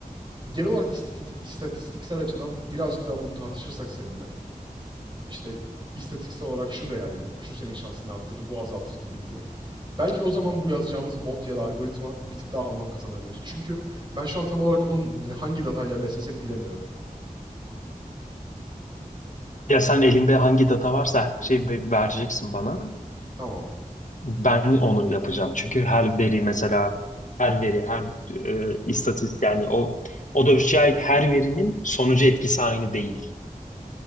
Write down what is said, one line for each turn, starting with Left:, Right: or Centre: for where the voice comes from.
Right: genel olarak istatistik, istatistiksel açıdan birazcık daha bunu tartışırsak seninle işte istatistiksel olarak şu değerli, şu senin şansını arttırır, bu azaltır gibi gibi. Belki o zaman bu yazacağımız bot ya da algoritma bir tık daha anlam kazanabilir. Çünkü ben şu an tam olarak onun hangi datayla beslesek bilemiyorum.
Left: Ya sen elinde hangi data varsa her şeyi ve- vereceksin bana.
Right: Tamam.
Left: Ben onu yapacağım. Çünkü her veri mesela her veri, her e, istatistik yani o o dövüşçüye ait her verinin sonucu etkisi aynı değil.